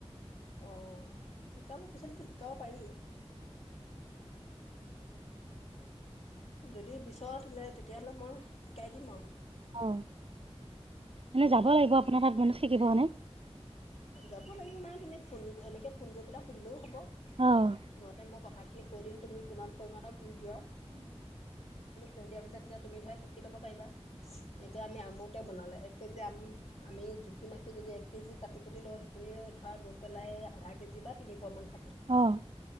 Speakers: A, on the left; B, on the right.
A: অ শিকাবোৰ পিচালো শিকাব পাৰি যদি ত তেনে তেতিয়াহ'লে মই শ কাই দিম আৰু
B: অ এনেই যাব লাগিব আপোনাৰ তাত মান শিকিব মানে
A: যাব লাগিব মানে তুমি ফোন এনেকে ফোন কৰি পেলাই সুধিলেও হ'ব
B: অহ
A: নহতে মই কথাখিনি কৈ দিম তুমি কিমান পৰিমাণৰ কি দিয়া কৈ দিয়াৰ পিছত তেতিয়া তুমি ধৰা শিকি ল'ব পাৰিবা এতিয়া আমি আমোতে বনালে এক কেজি আম আমি জুখি মাখি যদি এক কেজি কাট কুটি কুটি দ সেইখিনি ধৰা গৈ পেলাই আধা কেজি বা তিনি পোৱা মান থাকি দি
B: অহ